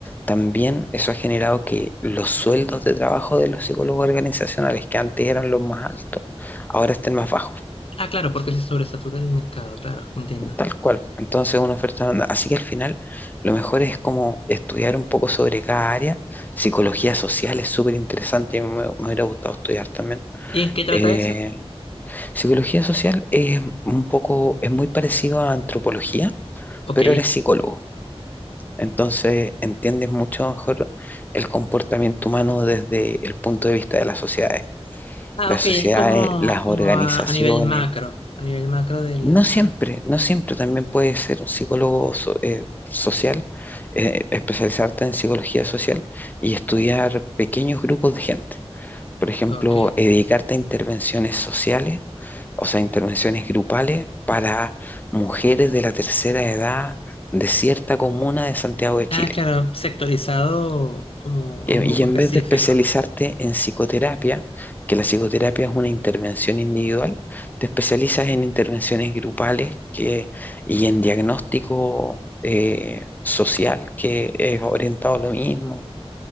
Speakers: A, on the left; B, on the left.
A: también eso ha generado que los sueldos de trabajo de los psicólogos organizacionales, que antes eran los más altos, ahora estén más bajos.
B: Ah, claro, porque se sobresatura el mercado, claro, entiendo.
A: Tal cual. Entonces, una oferta blanda. Así que al final, lo mejor es como estudiar un poco sobre cada área. Psicología social es súper interesante, me, me hubiera gustado estudiar también.
B: ¿Y en qué trata
A: Eh,
B: esa?
A: psicología social es un poco, es muy parecido a antropología,
B: Ok.
A: pero eres psicólogo. Entonces, entiendes mucho mejor el comportamiento humano desde el punto de vista de las sociedades.
B: Ah,
A: Las
B: ok,
A: sociedades,
B: es como,
A: las
B: como
A: organizaciones
B: a, a nivel macro, a nivel macro de
A: No
B: la...
A: siempre, no siempre también puedes ser un psicólogo so- eh, social, eh, especializarte en psicología social y estudiar pequeños grupos de gente. Por ejemplo,
B: Ok.
A: eh, dedicarte a intervenciones sociales, o sea, intervenciones grupales para mujeres de la tercera edad de cierta comuna de Santiago de
B: Ah,
A: Chile.
B: claro, sectorizado como
A: Eh,
B: a un grupo
A: Y en
B: específico.
A: vez de especializarte en psicoterapia, que la psicoterapia es una intervención individual, te especializas en intervenciones grupales que, y en diagnóstico eh, social que es orientado a lo mismo.